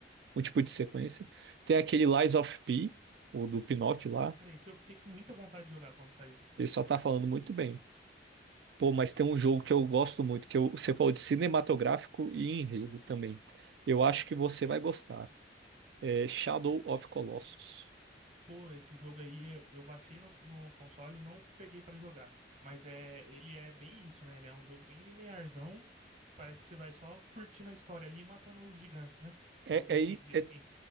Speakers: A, on the right; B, on the right.
A: Um tipo de sequência. Tem aquele Lies of P, o do Pinóquio lá.
B: Cara, esse eu fiquei com muita vontade de jogar quando saiu.
A: Ele só tá falando muito bem. Pô, mas tem um jogo que eu gosto muito, que eu- você falou de cinematográfico e enredo também. Eu acho que você vai gostar. É Shadow of Colossus.
B: Pô, esse jogo aí eu eu baixei no, no console e não peguei pra jogar. Mas é, ele é bem isso, né? Ele é um jogo bem linearzão. Parece que você vai só curtindo a história ali e matando os gigantes, né?
A: É,
B: Pelo que
A: é,
B: eu entendi
A: é,
B: assim.
A: é